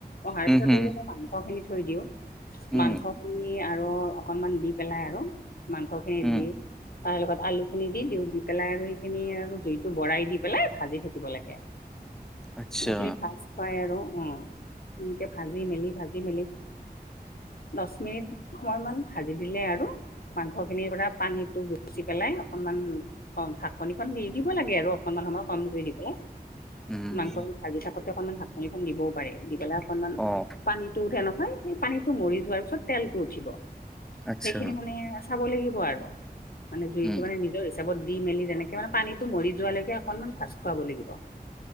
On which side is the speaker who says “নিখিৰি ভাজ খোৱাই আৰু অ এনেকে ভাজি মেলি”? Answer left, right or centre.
Left